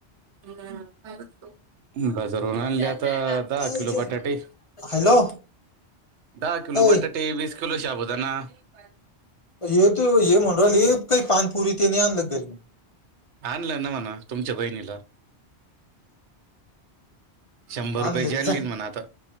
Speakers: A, on the right (about 85°); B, on the left (about 35°).
A: हम्म काम बाजारून आणल्या
B: काय
A: आता दहा किलो
B: विचार
A: बटाटे
B: हॅलो
A: दहा किलो
B: ऐ
A: बटाटे वीस किलो साबुदाणा <unintelligible>
B: हे ते हे म्हणु राहीली काही पानपुरी तेनी आणलं घरी
A: आणलं ना म्हणा तुमच्या बहिणीला शंभर
B: आणलं
A: रुपये चे
B: की
A: आणलेंन
B: जाय
A: म्हणा आता